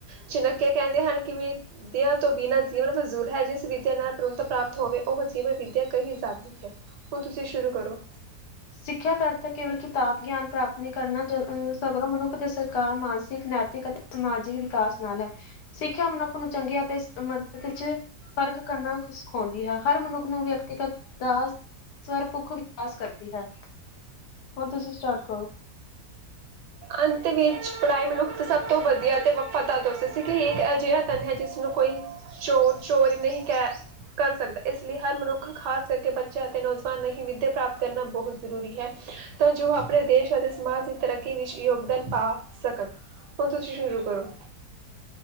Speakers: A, on the right; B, on the left.
A: ਚਨੱਕੇਯਾ ਕਹਿੰਦੇ ਹਨ ਕਿ ਵੀ ਵਿੱਦਆ ਤੋਂ ਬਿਨਾਂ ਜੀਵਨ ਫਿਜ਼ੂਲ ਹੈ। ਜਿਸ ਵਿੱਦਿਆ ਨਾਲ ਪ੍ਰੰਤ ਪ੍ਰਾਪਤ ਹੋਵੇ, ਉਹ ਜੀਵਨ ਵਿੱਦਿਆ ਕਹੀ ਜਾ ਹੁੰਦੀ ਹੈ। ਹੁਣ ਤੁਸੀਂ ਸ਼ੁਰੂ ਕਰੋ।
B: ਸਿੱਖਿਆ ਦਾ ਅਰਥ ਕੇਵਲ ਕਿਤਾਬ ਗਿਆਨ ਪ੍ਰਾਪਤ ਨਈ ਕਰਨਾ। ਜ ਅਹ ਸਗਰੋਂ ਮਨੁ ਅਤੇ ਸਰਕਾਰ ਮਾਨਸਿਕ, ਨੈਤਿਕ ਅਤੇ ਸਮਾਜਿਕ ਵਿਕਾਸ ਨਾਲ ਹੈ। ਸਿੱਖਿਆ ਮਨੁੱਖ ਨੂੰ ਚੰਗੀ ਅਤੇ ਮਦਦ ਇੱਚ ਫ਼ਰਕ ਕਰਨਾ ਸਿਖਾਉਂਦੀ ਹਾ। ਹਰ ਮਨੁੱਖ ਨੂੰ ਵਿਅਕਤੀਗਤ ਦਾ ਸਵਰਪੁੱਖ ਵਿਕਾਸ ਕਰਦੀ ਹੈ। ਹੁਣ ਤੁਸੀਂ ਸਟਾਰਟ ਕਰੋ।
A: ਅੰਤ ਵਿੱਚ ਪੜ੍ਹਾਈ ਮਨੁੱਖ ਸਭ ਤੋਂ ਵਧੀਆ ਤੇ ਵਫ਼ਾਦਾਰ ਦ ਸੀ, ਕਿ <unintelligible> ਅਜਿਹਾ ਤੰਨ ਹੈ ਜਿਸਨੂੰ ਕੋਈ, ਚੋਰ-ਚੋਰ ਨਹੀਂ ਕਹਿ ਕਰ ਸਕਦਾ, ਇਸ ਲਈ ਹਰ ਮਨੁੱਖ ਖਾਸ ਕਰਕੇ ਬੱਚਿਆਂ ਅਤੇ ਨੌਜਵਾਨ ਨ ਹੀ, ਵਿੱਦਿਆ ਪ੍ਰਾਪਤ ਕਰਨਾ ਬਹੁਤ ਜ਼ਰੂਰੀ ਹੈ। ਤੋਂ ਜੋ ਆਪਣੇ ਦੇਸ਼ ਅਤੇ ਸਮਾਜ ਦੀ ਤਰੱਕੀ ਵਿੱਚ ਯੋਗਦਾਨ ਪਾ ਸਕਣ। ਹੁਣ ਤੁਸੀਂ ਸ਼ੁਰੂ ਕਰੋ।